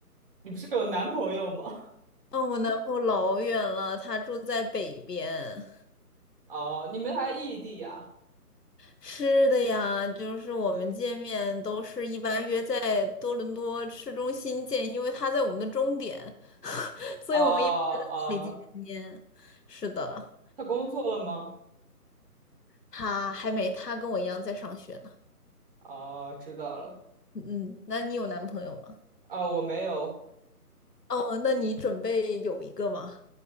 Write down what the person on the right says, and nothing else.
你不是有男朋友吗？
哦，你们还异地呀？
啊啊，哦
他工作了吗？
哦，知道了。
啊，我没有，